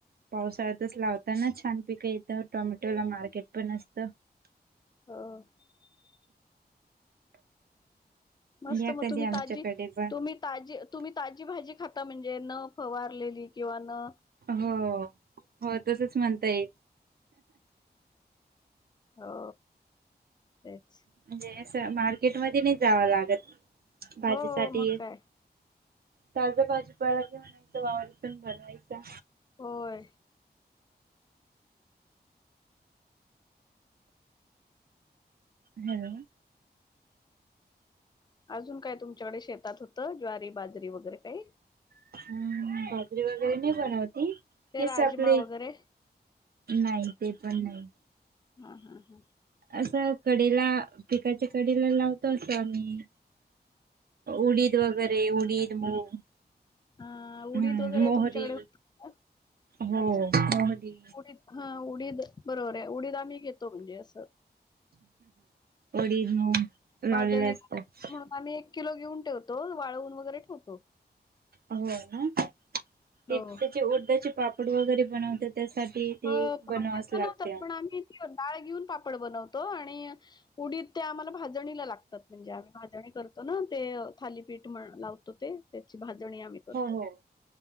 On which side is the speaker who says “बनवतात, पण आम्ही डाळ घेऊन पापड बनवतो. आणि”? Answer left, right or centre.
Left